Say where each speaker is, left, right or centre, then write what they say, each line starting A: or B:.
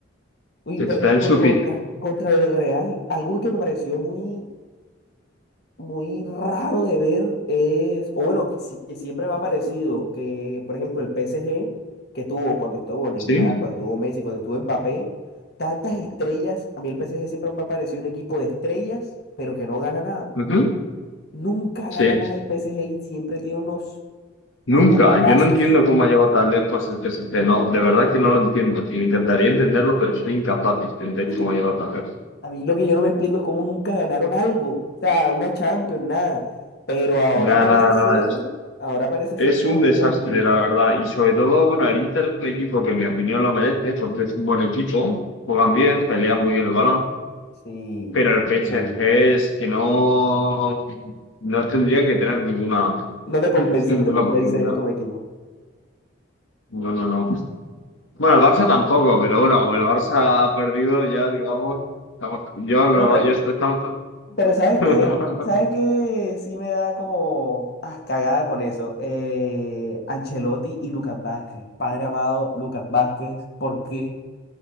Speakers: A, on the left; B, on the left.
A: Uy,
B: está
A: pero
B: en
A: por
B: su
A: contra,
B: pico.
A: contra el Real, algo que me pareció muy, muy raro de ver es, o bueno, que, sí- que siempre me ha parecido que, por ejemplo, el P S G que tuvo cuando estuvo Neymar,
B: Sí,
A: cuando estuvo Messi, cuando estuvo Mbappé, tantas estrellas, a mí el P S G siempre me ha parecido un equipo de estrellas, pero que no gana nada.
B: ujú,
A: Nunca gana
B: Sí.
A: nada el P PSG y siempre tiene unos
B: Nunca.
A: jugadorazos.
B: Yo no entiendo cómo ha llegado tan lejos el PSG. No, de verdad que no lo entiendo. Sí, intentaría entenderlo, pero soy incapaz de entender
A: <laughs>
B: cómo ha llegado tan lejos.
A: A mí lo que yo no me explico es cómo nunca ganaron algo, o sea, una Champions, nada. Pero ahora
B: Nada,
A: parece
B: nada,
A: ser,
B: nada. Es,
A: ahora parece
B: es
A: ser como
B: un desastre,
A: que están bien.
B: la verdad. Y sobre todo, bueno, el Inter es un equipo que en mi opinión lo merece, porque es un buen equipo. Juegan bien, pelean muy bien el balón.
A: Sí,
B: Pero el PSG
A: full.
B: es que no, no tendrían que tener ninguna,
A: No te
B: <laughs>
A: convence,
B: ninguna
A: no te convence
B: posibilidad.
A: él como equipo.
B: No, no, no. Bueno, el Barça tampoco, pero bueno, como el Barça ha perdido ya, digamos, estamos, yo, lo-
A: No, pero,
B: yo est- estamos
A: pero ¿sabes
B: <laughs>
A: qué? ¿Sabes qué? Sí me da como ah, cagada con eso. Eh, Ancelotti y Lucas Vázquez. Padre amado, Lucas Vázquez, ¿por qué?